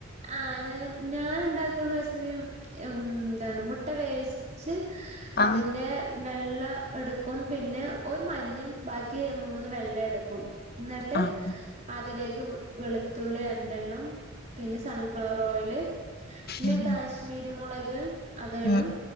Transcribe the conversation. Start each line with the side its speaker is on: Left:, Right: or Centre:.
Right: ആഹ് ഞാൻ ഞാന ഉണ്ടാക്കുന്ന റെസിപ്പിയ എന്താണ് മുട്ട വേവിച്ച്
Left: ആഹ്
Right: അതിന്റെ വെള്ള എടുക്കും പിന്നെ ഒരു മഞ്ഞം ബാക്കി മൂന്ന് വെള്ള എടുക്കും എന്നിട്ട്
Left: ആഹ്
Right: അതിലേക്ക് വെളുത്തുള്ളി റണ്ടെണ്ണം പിന്നെ സൺഫ്ലവർ ഓയിയില് പിന്നെ
Left: ഉം
Right: കാശ്മീരി മുളക് അത്ടും
Left: ഉം